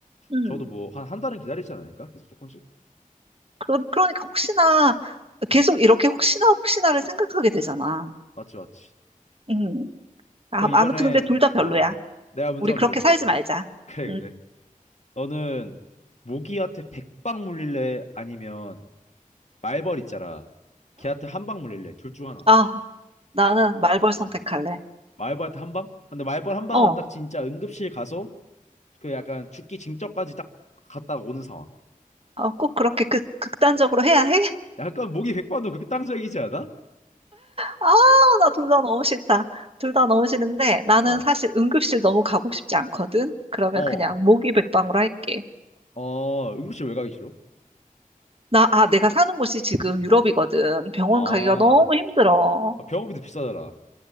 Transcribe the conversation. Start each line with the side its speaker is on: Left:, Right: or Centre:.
Right: 음.
Left: 저도 뭐 한 한 달은 기다리지 않을까? 계속 조금씩.
Right: 그러, 그러니까 혹시나, 계속 이렇게 혹시나 혹시나를 생각하게 되잖아.
Left: 맞지, 맞지.
Right: 음. 아,
Left: 그럼 이번에
Right: 아무튼 근데 둘 다 별로야.
Left: 어, 내가 문제
Right: 우리
Left: 한번
Right: 그렇게
Left: 내볼게.
Right: 살지 말자.
Left: <laughs> 그래,
Right: 음.
Left: 그래. 너는 모기한테 백방 물릴래? 아니면 말벌 있잖아. 걔한테 한방 물릴래? 둘 중 하나.
Right: 아, 나는 말벌 선택할래.
Left: 어. 마이벌트 한 방? 근데 마이벌 한 방은
Right: 어,
Left: 딱 진짜 응급실 가서 그 약간 죽기 징전까지 딱 갔다 오는 상황.
Right: 어, 꼭 그렇게 극, 극단적으로 해야 해?
Left: 약간 목이 백반도 그렇게 땅적이지 않아?
Right: 아, 나 둘 다 너무 싫다. 둘 다 너무 싫은데 나는
Left: 어,
Right: 사실 응급실 너무 가고 싶지 않거든. 그러면
Left: 어,
Right: 그냥 모기백방으로 할게.
Left: 어, 응급실 왜 가기 싫어?
Right: 나, 아, 내가 사는 곳이 지금 유럽이거든. 병원
Left: 아,
Right: 가기가 너무 힘들어.
Left: 아, 병원비도 비싸더라.